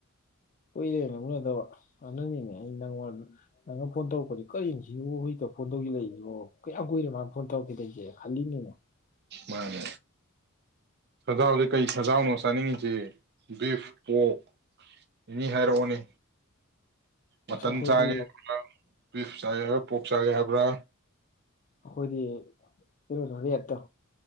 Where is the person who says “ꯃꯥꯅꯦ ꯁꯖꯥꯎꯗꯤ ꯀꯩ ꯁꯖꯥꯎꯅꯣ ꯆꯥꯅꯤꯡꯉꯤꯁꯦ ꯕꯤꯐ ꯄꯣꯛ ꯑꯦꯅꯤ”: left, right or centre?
Right